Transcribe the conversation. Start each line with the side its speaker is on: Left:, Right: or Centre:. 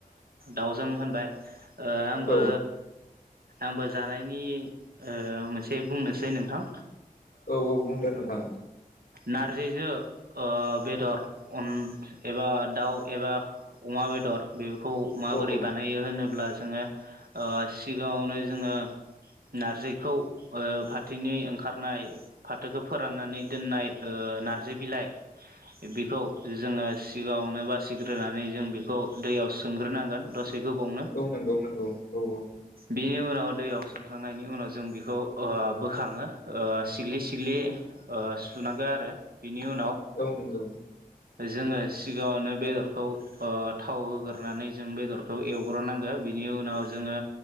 Right: दाउजों होनबाय ओ आंबो
Left: औ
Right: आंबो जानायनि ओ मोनसे बुंनोसै नोंथां
Left: औ औ बुंदो नोंथां
Right: नारजिजो ओ बेदर अन एबा दाउ एबा अमा बेदर बेखौ माबोरै
Left: औ औ
Right: बानाय नायो होनोब्ला जोङो ओ सिगाङावनो जोङो नारजिखौ फाथैनि ओंखारनाय फाथोखौ फोराननानै दोननाय ओ नारजि बिलाइ <unintelligible> बिखौ जोङो सिगाङावनो बासिग्रोनानै जों बिखौ दैयाव सोमग्रोनांगोन दसे बेखौबावनो
Left: औ नंगौ नंगौ औ औ
Right: बिनि उनाव दैयाव सोमखांनायनि उनाव जों बेखौ बोखाङो सिग्लि सिग्लि सुनांगो आरो बिनि उनाव
Left: औ नंगौ।
Right: जोङो सिगाङावनो बेदरखौ थाव होगोरनानै जों बेदरखौ एवग्रोनांगो। बिनि उनाव जोङो